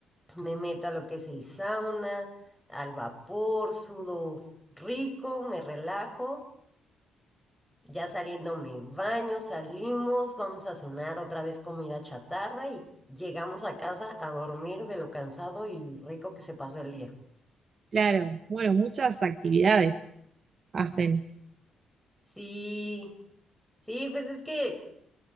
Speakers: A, in the centre; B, on the right.
A: me meto a lo que es el sauna, al vapor, sudo rico, me relajo ya saliendo me baño, salimos, vamos a cenar otra vez comida chatarra y llegamos a casa a dormir de lo cansado y rico que se pasó el día.
B: claro. Bueno, muchas actividades hacen,
A: Sí, sí, pues es que